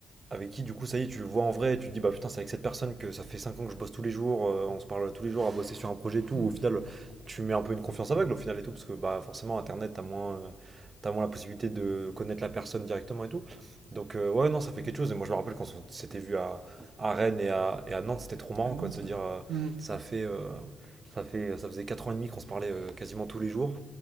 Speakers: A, on the right (about 30°); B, on the right (about 75°).
A: avec qui, du coup, ça y est, tu le vois en vrai, et tu te dis, bah putain, c'est avec cette personne que ça fait 5 ans que je bosse tous les jours, euh, on se parle tous les jours à bosser sur un projet et tout.
B: Mm.
A: Au final, tu mets un peu une confiance aveugle, au final et tout, parce que bah forcément, Internet, t'as moins, euh, t'as moins la possibilité de connaître la personne directement et tout. Donc, euh, ouais, non, ça fait quelque chose. Et moi, je me rappelle quand on s'était vu à, à Rennes et à, et à Nantes, c'était trop marrant,
B: À Nantes.
A: quoi, de se dire,
B: ouais.
A: euh,
B: Mm. <laughs>
A: ça fait, euh, ça fait, ça faisait 4 ans et demi qu'on se parlait euh, quasiment tous les jours